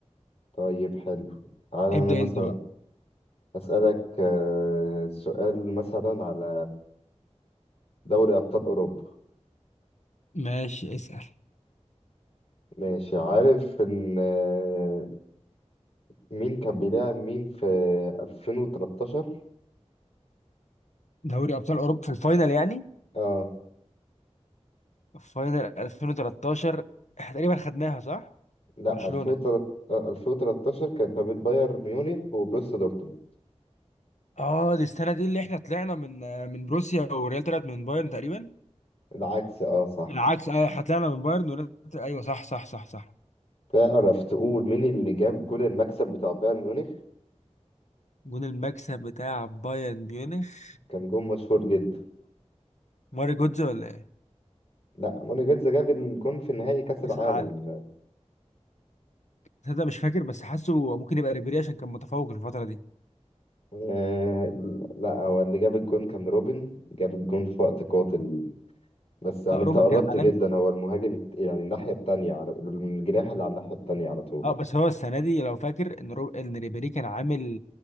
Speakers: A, on the left (about 60°); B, on the left (about 80°).
A: طيب حلو تعالى
B: ابدا
A: انا مثلا
B: انت بقى
A: أسألك آه، سؤال مثلا على دوري أبطال أوروبا
B: ماشي اسأل
A: ماشي عارف ان آه، مين كان بيلعب مين في 2013
B: دوري أبطال أوروبا في الفاينل يعني
A: اه
B: فاينل 2013 احنا تقريبا خدناها صح؟
A: لا
B: برشلونة
A: 2013 2013 كانت ما بين بايرن ميونخ وبروسيا دورتموند
B: اه دي السنة دي اللي احنا طلعنا من من بروسيا والريال طلعت من بايرن تقريبا
A: العكس اه صح
B: بالعكس اه احنا طلعنا من بايرن والريال طلع- ايوه صح صح صح صح
A: تعرف تقول مين اللي جاب جول المكسب بتاع بايرن ميونخ
B: جون المكسب بتاع بايرن ميونخ
A: كان جول مشهور جدا
B: ماري جودز ولا ايه؟
A: لا موني جيتز جاب الجون في نهائي كأس العالم
B: كأس العالم تصدق مش فاكر بس حاسه ممكن يبقى ريبيري عشان كان متفوق الفترة دي
A: آه لا هو اللي جاب الجون كان روبن جاب الجون في وقت قاتل بس يعني
B: اه
A: انت
B: روبن
A: قربت
B: كان عالمي
A: جدا هو المهاجم الت- يعني الناحية التانية على الجناح اللي على الناحية التانية على طول
B: اه بس هو السنه دي لو فاكر ان رو... ان ريبيري كان عامل